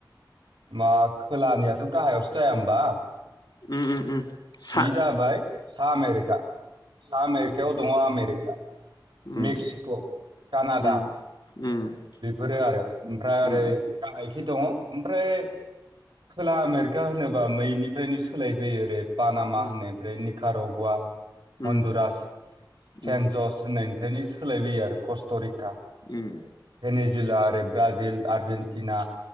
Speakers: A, on the right; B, on the left.
A: मा खोलानियाथ गाहायावसो जाया होमबा
B: उम उम उम सा
A: बे जाबाय सा आमेरिका सा आमेरिकायाव दङ आमेरिका
B: उम
A: मेक्सिक' कानाडा
B: उम उम
A: बेफोरो आरो ओमफ्राय ओरै
B: उम
A: गाहायखि दङ ओमफ्राय खोला आमेरिका होनोबा मैनिफ्रायनो सोलायबोयो ओरै पानामा
B: उम
A: होननाय ओमफ्राय निकार'गवा
B: उम
A: हन्दुराज
B: उम उम
A: सेन्ट
B: उम
A: जस होननायनिफ्रायनो सोलायबोयो आरो कस्ट'रिक
B: उम
A: एनजिला ओरै ब्राजिल आर्जेेनटिना